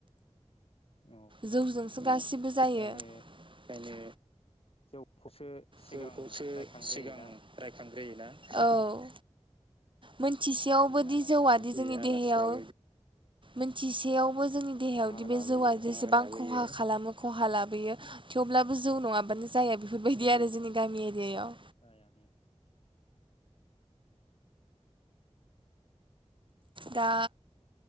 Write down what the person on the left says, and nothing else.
औ
ओंखायनो
जौखौसो सिगां
रायखांग्रोयोना
बे आलासियाबो
बिदिनो
खहा
लाबोयो
उम
जाया ओम